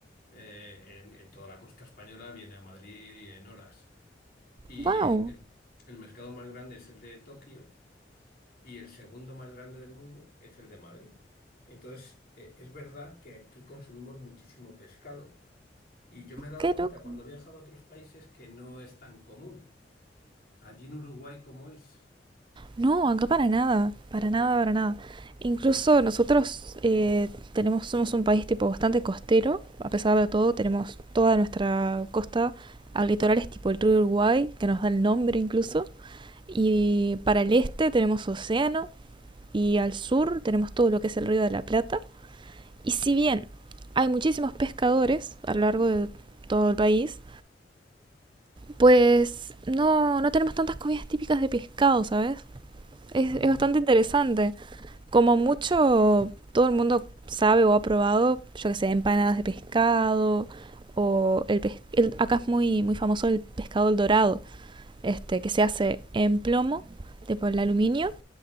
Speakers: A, on the left; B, on the right.
A: eh, en, en toda la costa española viene a Madrid en horas. Y
B: ¡Wow!
A: el, el- el mercado más grande es el de Tokio y el segundo más grande del mundo es el de Madrid. Entonces, eh, es verdad que aquí consumimos muchísimo pescado. Y yo me he dado
B: ¡Qué
A: cuenta
B: loco!
A: cuando he viajado a otros países que no es tan común. Allí en Uruguay, ¿cómo es?
B: No, acá para nada, para nada, para nada. Incluso nosotros eh, tenemos, somos un país tipo bastante costero, a pesar de todo, tenemos toda nuestra costa al litoral es tipo el río Uruguay, que nos da el nombre incluso, y para el este tenemos océano y al sur tenemos todo lo que es el río de la Plata. Y si bien hay muchísimos pescadores a lo largo de todo el país, pues no, no tenemos tantas comidas típicas de pescado, ¿sabes? Es,
A: Ujú,
B: es bastante interesante. Como mucho, todo el mundo sabe o ha probado, yo que sé, empanadas de pescado o el, pes- el- acá es muy muy famoso el pescado el dorado, este que se hace en plomo, de por el aluminio